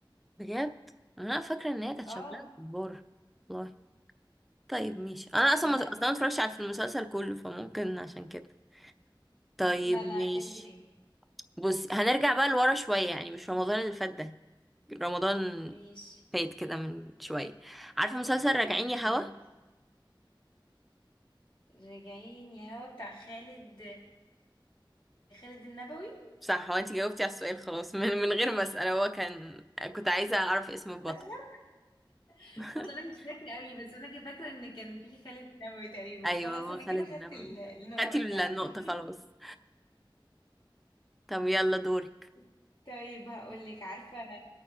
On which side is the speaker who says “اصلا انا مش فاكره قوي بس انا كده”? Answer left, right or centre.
Left